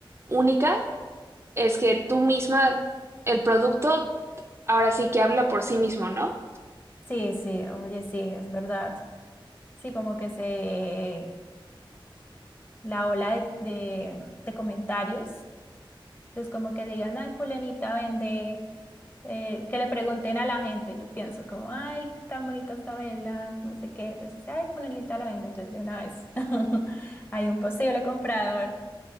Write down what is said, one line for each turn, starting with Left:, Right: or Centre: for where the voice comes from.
Right: única, es que tú misma, el producto ahora sí que habla por sí mismo, ¿no?
Left: Sí, sí, oye, sí, es verdad. Sí, como que se, la ola de, de, de comentarios, entonces como que digan, ay, fulanita vende, eh, que le pregunten a la gente, yo pienso como, ay, qué tan bonita esta vela, no sé qué, entonces, ay, fulanita la vende, entonces de una vez <laughs> hay un posible comprador.